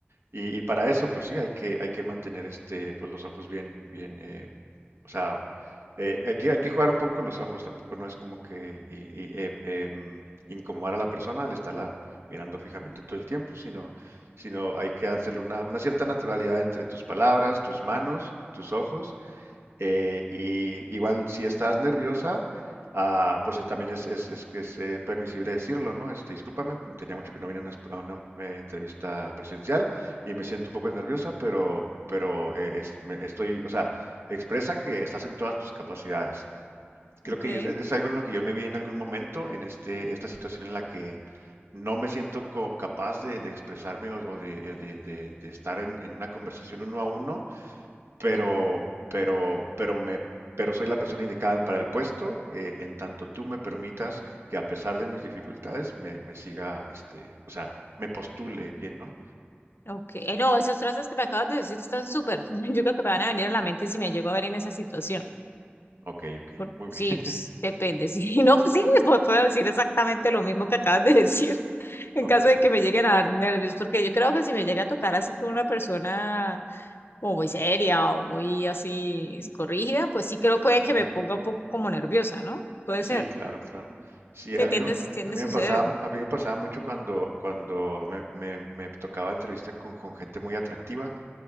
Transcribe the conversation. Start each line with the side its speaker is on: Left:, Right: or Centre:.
Right: Y, y para eso, pues sí, hay que, hay que mantener este, pues, los ojos bien, bien, eh, o sea, eh, hay que, hay que jugar un poco con los ojos, tampoco no es como que y, y, eh, em, incomodar a la persona al estarla mirando fijamente todo el tiempo, sino, sino hay que hacerle una, una cierta naturalidad entre tus palabras, tus manos, tus ojos eh, y igual, si estás nerviosa, ah, pues eh, también es, es- es- es, eh, permisible decirlo, ¿no? Este, discúlpame, tenía mucho que no venía a una, a una, eh, entrevista presencial y me siento un poco nerviosa, pero, pero eh, es- me- estoy, o sea, expresa que estás en todas tus capacidades. Creo
Left: Ok.
Right: que es, es- es algo en lo que yo me vi en algún momento, en este, esta situación en la que no me siento co- capaz de, de expresarme o, o de, de- de- de estar en en una conversación uno a uno pero, pero, pero me, pero soy la persona indicada para el puesto, eh, en tanto tú me permitas que a pesar de mis dificultades me, me siga, este, o sea, me postule bien, ¿no?
Left: Ok, eh, no, esas frases que me acabas de decir están súper. <laughs> Yo creo que me van a venir a la mente si me llego a ver en esa situación.
Right: Ok, ok,
Left: Por-
Right: muy bien,
Left: sí,
Right: <laughs>
Left: pues, depende. sí <laughs> no, pues sí, pues, puedo decir exactamente lo mismo que acabas de decir. En
Right: ok.
Left: caso de que me lleguen a dar nervios, porque yo creo que si me llega a tocar así con una persona como muy seria o muy así psicorrígida, pues sí creo puede
Right: ujú.
Left: que me ponga un poco como nerviosa, ¿no? Puede
Right: Sí,
Left: ser.
Right: claro, claro. Sí,
Left: Se
Right: a mí,
Left: tiende,
Right: me-
Left: tiende
Right: a mí
Left: a suceder.
Right: me pasaba, a mí me pasaba mucho cuando, cuando me, me, me tocaba entrevista con, con gente muy atractiva